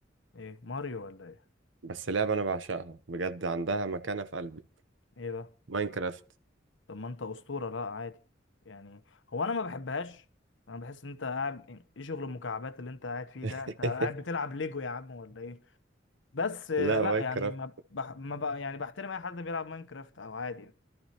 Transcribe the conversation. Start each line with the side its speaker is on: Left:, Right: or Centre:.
Left: إيه ماريو ولا إيه
Right: بس لعبة أنا بعشقها بجد عندها مكانة في قلبي
Left: إيه بقى
Right: ماينكرافت
Left: طب ما انت اسطوره لا عادي يعني هو انا ما بحبهاش انا بحس ان انت قاعد ايه شغل المكعبات اللي انت قاعد فيه ده
Right: <laughs>
Left: انت قاعد بتلعب ليجو يا عم ولا ايه بس آه،
Right: لا
Left: لا
Right: ماينكرافت
Left: يعني ما بح... ما بق... يعني بحترم اي حد بيلعب ماينكرافت او عادي يعني